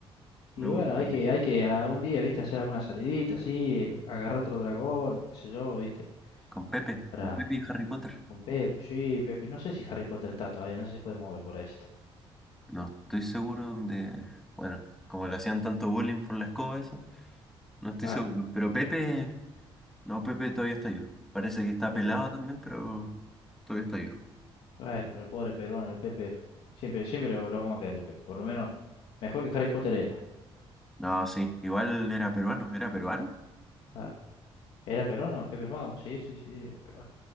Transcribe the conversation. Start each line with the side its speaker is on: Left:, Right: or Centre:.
Centre: Me
Left: Y
Centre: gustaría.
Left: bueno, hay que, hay que algún día, viste, hacer alguna salidita así, agarrar otro dragón, o qué sé yo, viste,
Centre: Con Pepe,
Left: para
Centre: con Pepe y Harry Potter.
Left: con Pepe, sí, Pepe, no sé si Harry Potter está todavía, no sé si puede mover por ahí.
Centre: No estoy seguro dónde, bueno, como le hacían tanto bullying por la escoba esa, no estoy
Left: Claro,
Centre: seguro. Pero Pepe, no, Pepe todavía está yo. Parece que está
Left: Pepe,
Centre: pelado también, pero todavía está yo.
Left: bueno, pero pobre peruano, el Pepe, siempre, siempre lo, lo vamos a querer, el Pepe, por lo menos, mejor que Harry Potter era,
Centre: No, sí, igual era peruano, era peruano.
Left: claro. ¿Era peruano, Pepe el Mago? Sí, sí, sí, era peruano.